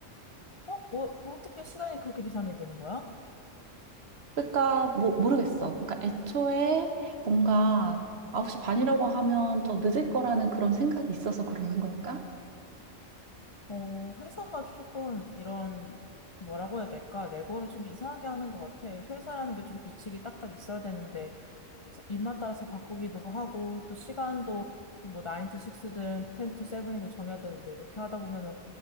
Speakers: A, on the left; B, on the right.
A: 어? 어, 어떻게 시간이 그렇게 계산이 되는 거야?
B: 그러니까 뭐 모르겠어. 그러니까 애초에 뭔가 9시 반이라고 하면 더 늦을 거라는 그런 생각이 있어서 그러는 걸까?
A: 어, 회사가 조금 이런, 뭐라고 해야 될까? 내고를 좀 이상하게 하는 것 같아. 회사라는 게 좀 규칙이 딱딱 있어야 되는데, 입맛 따라서 바꾸기도 하고, 또 시간도 뭐 9 to 6든 10 to 7이든 정해야 되는데, 이렇게 하다 보면은